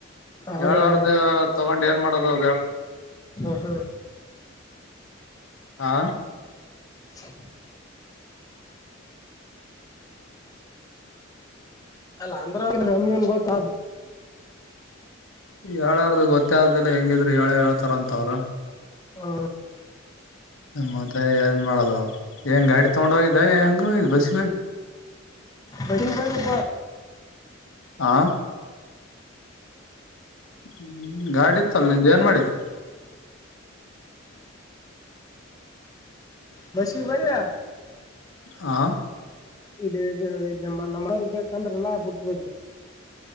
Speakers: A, on the left; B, on the left.
A: ಹೌದ್ರಿ
B: ಏಳ್ರ್ ತಗೊಂಡು ಏನ್ ಮಾಡದು ಅದು
A: ಹಾ ಹಾ
B: ಹಾ
A: <inaudible> ಅಲ್ಲ ಅಂದ್ರನ್ ಗೊತ್ತ
B: ಯಏಳಾರ್ದು ಗೊತ್ತೇ ಹೆಂಗಿದ್ರರು ಹೇಳ ಹೇಳ್ತಾರ ಅಂತ ಅವ್ರ
A: ಆ,
B: ಮತ್ತೆ ಮಾಡೋದ ಹೆಂಗ ಗಾಡಿ ತಗೊಂಡ ಹೋಗಿದ್ದ ಹೆಂಗ ಬಸ್
A: ಬಡಿ <unintelligible>
B: ಆ ಹ್ಮ್ ಗಾಡಿ ಇತ್ತಲ್ಲ ನಿದ ಏನ್ ಮಾಡಿದ
A: ಬಸ್ಸಿಗೆ <unintelligible>
B: ಆ
A: ಇಲ್ಲಿ ಇ ನಮ್ಮ ಮರ್ ಬೇಕಂದ್ರೆಲ್ಲಾ ಬಿಟ್ಟದೆ